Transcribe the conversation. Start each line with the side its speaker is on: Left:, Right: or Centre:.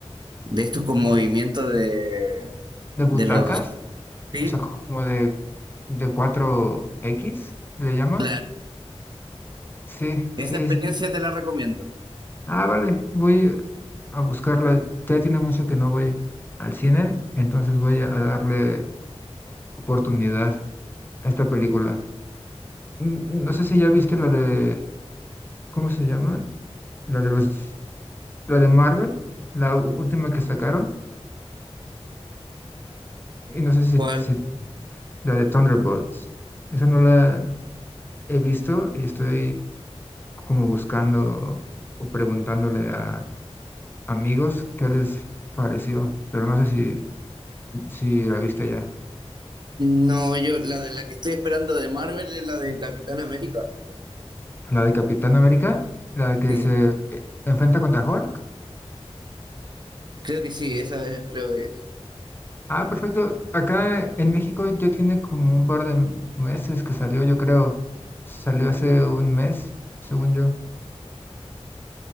Right: de estos con movimientos de,
Left: ¿De butacas?
Right: de los... Sí,
Left: O sea, co- como de, de cuatro x le llaman.
Right: claro.
Left: Sí,
Right: Esa
Left: sí,
Right: experiencia
Left: sí.
Right: te la recomiendo.
Left: Ah, vale, voy a buscarla. Ya tiene mucho que no voy al cine, entonces voy a darle oportunidad a esta película. Mm, No sé si ya viste la de, ¿cómo se llaman? La de los, la de Marvel, la u- última que sacaron, y no sé si,
Right: ¿Cuál?
Left: si la de Thunderbolts. Esa no la he visto y estoy como buscando o preguntándole a Amigos, ¿qué les pareció? Pero no sé si, si la viste ya.
Right: No, yo la de la que estoy esperando de Marvel es la de Capitán América.
Left: La de Capitán América, la que
Right: Sí,
Left: se eh, enfrenta contra Hulk.
Right: creo que sí, esa es, creo que es.
Left: Ah, perfecto. Acá en México ya tiene como un par de m- meses que salió, yo creo. Salió hace un mes, según yo.